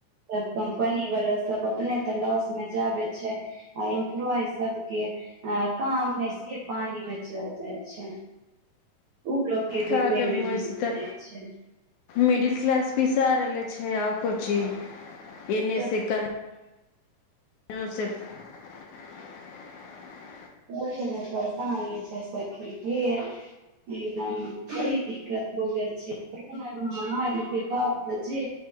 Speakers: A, on the right; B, on the left.
A: सब कम्पनी वला सब अपने तऽ लॉस मे जाबे छै आ इम्प्लॉई सब के आ काम मे से पानि मे चल जाइ छै उ लोग के भी
B: का
A: पेमेंट
B: कर मोयस
A: नै
B: तऽ
A: दै छै
B: मिडिल क्लास पिसा रहले छै छै आ कोची एने
A: त
B: से कन <unintelligible>
A: बड़ी न परेशानी छै सखी ढेर एकदम बड़ी दिक्कत हो गेल छै कोरोना महामारीक के बाद त जे